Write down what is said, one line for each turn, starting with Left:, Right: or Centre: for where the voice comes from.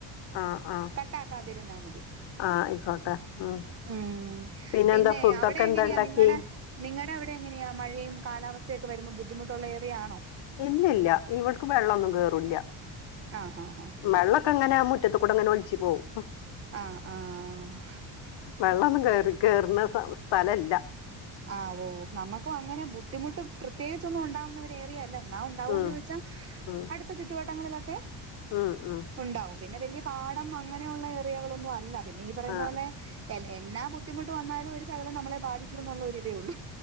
Left: ആഹ് ആഹ്
Right: കട്ടാക്കാതിരുന്നാ മതി.
Left: ആഹ് ആയിക്കോട്ടെ ഉം
Right: ഉം
Left: പിന്നെന്താ
Right: പിന്നെ
Left: ഫുഡൊക്കെ
Right: അവിടെ
Left: എന്താ
Right: എങ്ങനെയാ
Left: ഉണ്ടാക്കിയേ
Right: നിങ്ങളെ നിങ്ങടെ അവടെ എങ്ങനെയാ മഴയും കാലാവസ്ഥയൊക്കെ വരുമ്പോ ബുദ്ധിമുട്ടുള്ള ഏരിയ ആണോ
Left: ഇല്ലില്ല ഇവടേക്ക് വെള്ളമൊന്നും കേറൂല്ല.
Right: ആഹ് ആഹ് ആഹ്
Left: വെള്ളൊക്കെ ഇങ്ങനെ ആ മുറ്റത്ത് കൂടെ ഇങ്ങനെ ഒലിച്ച് പോവും.
Right: ആഹ് ആഹ്
Left: വെള്ളൊന്നും കേറും കേറുന്ന സ്ഥലവല്ല.
Right: ആഹ് ഓ നമുക്കും അങ്ങനെ ബുദ്ധിമുട്ട് പ്രത്യേകിച്ചൊന്നും ഉണ്ടാവുന്ന ഒരു ഏരിയ അല്ല അത് എന്നാ ഉണ്ടാവോന്നു
Left: ഉം
Right: ചോദിച്ചാൽ
Left: ഉം
Right: അടുത്ത ചുറ്റുവട്ടങ്ങളിലൊക്കെ
Left: ഉം ഉം
Right: ഉണ്ടാവും പിന്നെ വലിയ പാടം അങ്ങനെയുള്ള ഏരിയകൾ ഒന്നും അല്ല പിന്നെ ഈ പറയുന്ന
Left: ആഹ്
Right: പോലെ എ എന്നാ ബുദ്ധിമുട്ട് വന്നാലും ഒരു ശകലം നമ്മളെ ബാധിക്കും എന്നുള്ള ഒരിതേ ഉള്ളൂ